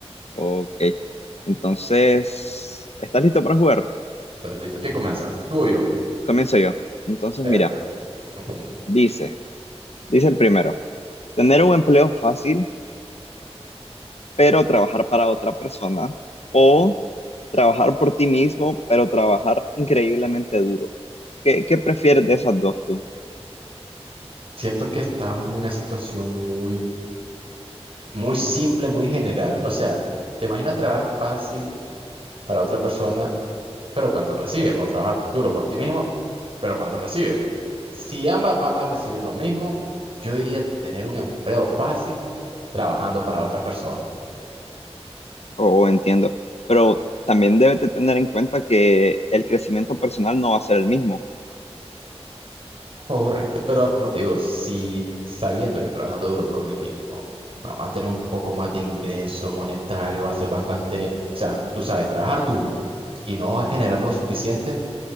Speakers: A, on the left; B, on the right.
A: Ok, entonces, ¿estás listo para jugar?
B: ¿Estás listo? ¿Quién comienza? ¿Tú o yo?
A: Comienzo yo. Entonces,
B: Perfecto.
A: mira,
B: Ujú.
A: dice, dice el primero. Tener un empleo fácil, pero trabajar para otra persona. O trabajar por ti mismo, pero trabajar increíblemente duro. ¿Qué, qué prefieres de esas dos tú?
B: Siento que está en una situación muy, muy simple, muy general. O sea, ¿te imaginas trabajar fácil para otra persona? pero cuánto recibe, o trabajar duro por ti mismo, pero cuánto recibe. Si ambas va a recibir lo mismo, yo diría tener un empleo fácil trabajando para otra persona.
A: O, o entiendo. Pero también debes de tener en cuenta que el crecimiento personal no va a ser el mismo.
B: Correcto, pero como te digo, si sabiendo que trabajando duro por mí mismo, vamos a tener un poco más de ingreso monetario, va a ser bastante, o sea, tú sabes, trabajar duro y no generar lo suficiente,